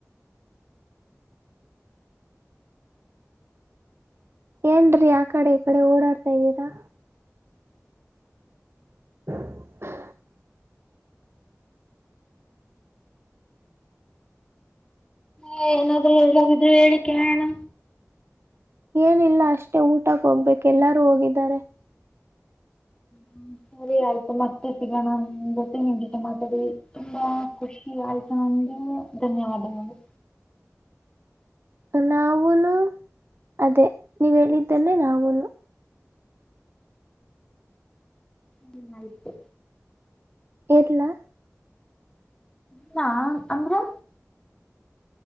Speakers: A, on the right; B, on the left.
A: ಏನ್ರೀ ಆ ಕಡೆ ಈ ಕಡೆ ಓಡಾಡ್ತಾ ಇದ್ದೀರಾ <inaudible>
B: ಹ ಏನಾದ್ರೂ ಹೇಳೋದೀದ್ರೆ ಹೇಳಿ ಕೇಳೋಣ
A: ಏನಿಲ್ಲ ಅಷ್ಟೇ ಊಟಕ್ಕೆ ಹೋಗ್ಬೇಕ್ ಎಲ್ಲಾರು ಹೋಗಿದ್ದಾರೆ
B: ಹ್ಮ್ ಸರಿ ಆಯ್ತು ಮತ್ತೆ ಸಿಗೋಣ ಜೊತೆ ನಿಮಗೆ ಜ ಮಾತರಿ ತುಂಬಾ ಖುಷಿ ಆಯ್ತಣ ಬಹಳ ಧನ್ಯವಾದಗಳು
A: ನಾವೂನು ಅದೇ ನೀವ ಹೇಳಿದ್ದೇನೆ ನಾವುನು
B: ಹ್ಮ್ ಆಯಿತು
A: ಇಡ್ಲಾ
B: ಲ್ಲ ಅಂದ್ರೆ